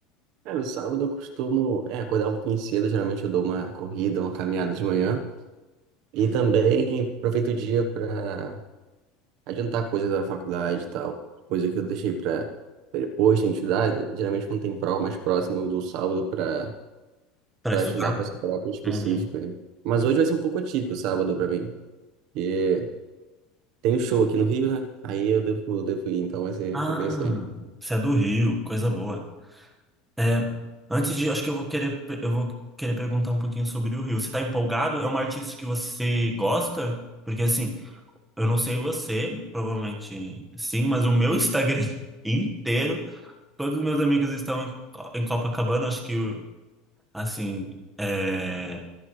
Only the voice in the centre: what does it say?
Para
estudar?
Uhum.
Ah,
você é do Rio, coisa boa. É, antes de, acho que eu vou querer, eu vou querer perguntar um pouquinho sobre o Rio. Você tá empolgado? É uma artista que você gosta? Porque assim, eu não sei você, provavelmente sim, mas o meu Instagram <laughs> inteiro, todos os meus amigos estão em, Co- em Copacabana. Acho que assim, é,